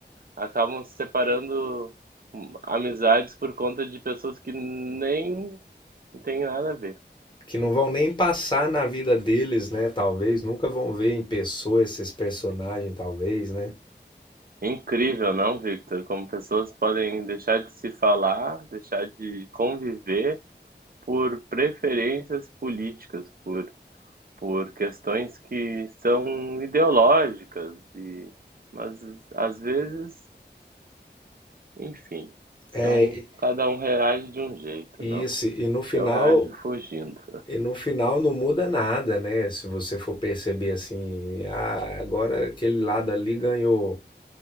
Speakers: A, on the right; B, on the left.
A: acabam se separando hum, amizades por conta de pessoas que nem tem nada a ver.
B: Que não
A: Enfim.
B: vão nem passar na vida deles, né? Talvez, nunca vão ver em pessoa esses personagens, talvez, né?
A: Incrível, não, Victor? Como pessoas podem deixar de se falar, deixar de conviver por preferências políticas, por, por questões que são ideológicas e mas às vezes, enfim, são
B: É, e-
A: cada um reage de um jeito,
B: isso,
A: não?
B: e no final,
A: Eu reajo fugindo.
B: e no final não muda nada, né? Se você for perceber assim, ah, agora aquele lado ali ganhou